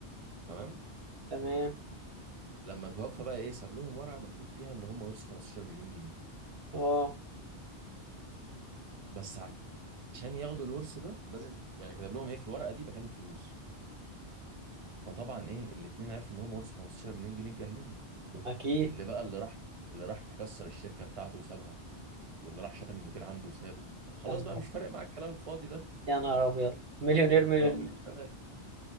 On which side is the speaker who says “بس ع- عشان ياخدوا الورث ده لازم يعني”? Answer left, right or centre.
Right